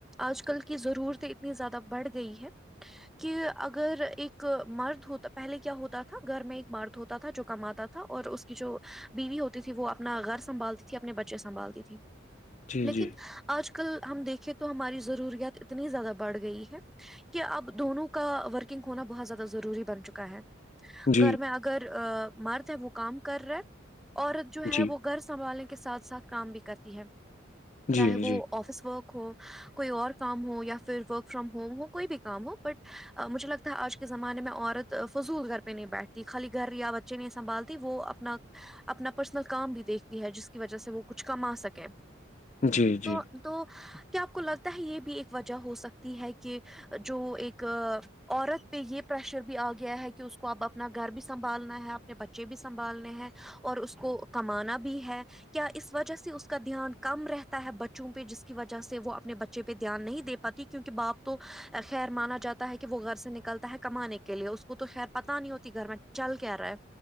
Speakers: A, in the centre; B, on the left.
A: آج کل کی ضرورتیں اتنی زیادہ بڑھ گئی ہے کہ اگر ایک مرد ہوتا پہلے کیا ہوتا تھا گھر میں ایک مرد ہوتا تھا جو کماتا تھا اور اس کی جو بیوی ہوتی تھی وہ اپنا گھر سنبھالتی تھی اپنے بچے سنبھالتی تھی
B: جی
A: لیکن
B: جی
A: آج کل ہم دیکھیں تو ہماری ضروریات اتنی زیادہ بڑھ گئی ہے کہ اب دونوں کا ورکنگ ہونا بہت زیادہ ضروری بن چکا ہے
B: جی
A: گھر میں اگر مرد ہے وہ کام کر رہا ہے عورت جو ہے
B: جی
A: وہ گھر سنبھالنے کے ساتھ ساتھ کام بھی کرتی ہے
B: جی
A: چاہے
B: جی
A: وہ آفس ورک ہو کوئی اور کام ہو یا پھر ورک فرام ہوم ہو کوئی بھی کام ہو بٹ مجھے لگتا آج کے زمانے میں عورت فضول گھر پہ نہیں بیٹھتی خالی گھر یا بچے نہیں سنبھالتی وہ اپنا اپنا پرسنل کام بھی دیکھتی ہے جس کی وجہ سے وہ کچھ کما سکے
B: جی جی
A: تو تو کیا آپ کو لگتا ہے یہ بھی ایک وجہ ہو سکتی ہے کہ جو ایک عورت پہ یہ پریشر بھی آ گیا ہے کہ اس کو اب اپنا گھر بھی سنبھالنا ہے اپنے بچے بھی سنبھالنے ہیں اور اس کو کمانا بھی ہے کیا اس وجہ سے اس کا دھیان کم رہتا ہے بچوں پہ جس کی وجہ سے وہ اپنے بچے پہ دھیان نہیں دے پاتی کیونکہ باپ تو خیر مانا جاتا ہے کہ وہ گھر سے نکلتا ہے کمانے کے لیے اس کو تو خیر پتا نہیں ہوتی گھر میں چل کیا آ رہا ہے